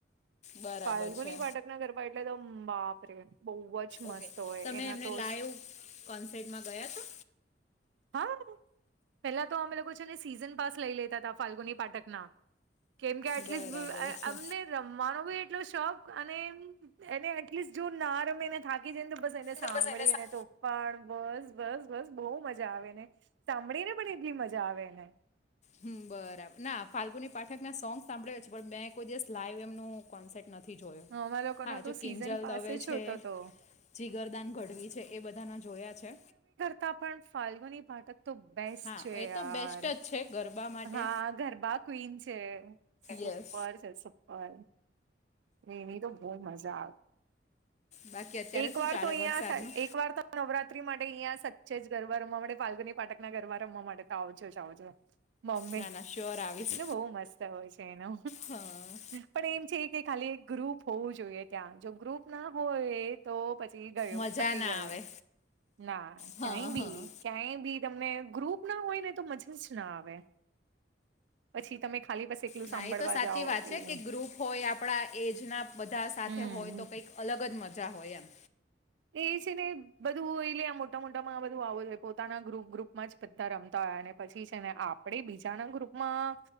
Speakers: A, on the left (about 40°); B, on the right (about 80°).
A: બરાબર
B: ફાલ્ગુની
A: છે
B: પાઠકના ઘરમાં એટલે તો બાપ રે! બહુ જ
A: ઓકે
B: મસ્ત હોય
A: તમે
B: એના
A: એમને
B: તો
A: લાઈવ કોન્સેર્ટમાં ગયા છો.
B: હા- પેલા તો અમે લોકો છે ને સીઝન પાસ લઈ લેતા હતા ફાલ્ગુની પાટકના- કેમ કે આટલીસ્ટ
A: બરાબર
B: <unintelligible>
A: છે
B: અમને- રમવાનો બી એટલો શોખ અને એમ એને એટલીસ્ટ જો ના રમેીને થા- <unintelligible> બસ એને
A: તો
B: સાંભળી
A: એને સા
B: ને તુ - પણ બસ બસ બસ બહુ મજા આવેને સાંભળી ને પણ એટલી મજા આવેને.
A: હમ બરાબર. ના ફાલ્ગુની પાઠકના સોંગસ સાંભળે છે પણ મે કોઈ દિવસ લાઈવ એમનું કોન્સેટ નથી જોયો.
B: અમારા લોકોનો
A: હા જો
B: તો
A: કિંજલ
B: સીઝન પાસે
A: દવે
B: જ
A: છે.
B: હોતો તો
A: જીગરદાન ગઢવી છે એ બધાના જોયા છે.
B: તો પણ ફાલ્ગુની પાઠક તો બેસ્ટ
A: હા
B: છે
A: એ
B: યાર.
A: તો બેસ્ટ જ છે ગરબા માટે
B: હા ગરબા ક્વીન છે સુપર
A: યસ
B: છે સુપર. એની તો બહુ મજા આવે.
A: બાકી અત્યારે
B: એક
A: શું
B: વાર
A: ચાલે
B: તો અહીયાં
A: વરસાદનું
B: એક વાર તો નવરાત્રી માટે અહિયાં સચ્ચે જ ગરબા રમવા માટે ફાલગુની પાટક ના ગરબા રમવા માટે તો આવજો જ આવજો. બોમ્બે
A: ના ના શ્યોર આવીશ
B: ને બહુ મસ્ત હોય છે એનો.
A: હા
B: પણ એમ છે કે ખાલી એક ગ્રુપ હોવું જોઈએ ત્યાં જો ગ્રુપ ના હોય તો પછી ગયો
A: મજા
B: પતિ
A: ના
B: ગયો.
A: આવે
B: ના
A: હા
B: ક્યાંય
A: હા
B: બી ક્યાંય બી તમને ગ્રુપ ના હોય ને તો મજા જ ના આવે. પછી તમે ખાલી પાસે એકલું
A: ના
B: સાંભળવા
A: એ તો સાચી
B: જાઓ
A: વાત છે
B: એવુ
A: કે ગ્રુપ હોય, આપણા એજના બધા સાથે
B: હમ
A: હોય તો કંઈક અલગ જ મજા હોય એમ.
B: એ છે ને બધું એ લે આ મોટા મોટામાં બધું આવો જો પોતાના ગ્રુપ ગ્રુપમાં જ બધા રમતા હોય ને પછી છે ને આપણે બીજાના ગ્રુપમાં